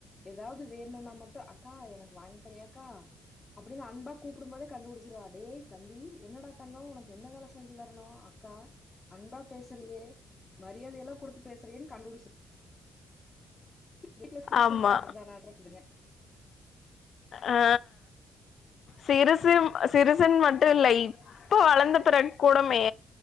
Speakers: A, on the left; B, on the left.
A: எதாவது வேணுனா மட் மட்டு அக்கா எனக்கு வாங்கி தரியாக்கா அப்டின்னு அன்பா கூப்பிடும் போதே கண்டுபிடிச்சிருவா டேய் தம்பி என்னடா தங்கோ உனக்கு என்ன வேல செஞ்சு தரனு அக்கா அன்பா பேசுறியே மரியாத எல்லா குடுத்து பேசுறியேனு கண்டுபுடிச்ச வீட்ல சிறுசுங்களே
B: ஆமா
A: அப்டிதானாட்ருதுங்க
B: அ சிறுசு சிறுசின்னு மட்டு இல்ல இப்ப வளந்த பெறகு கூடமே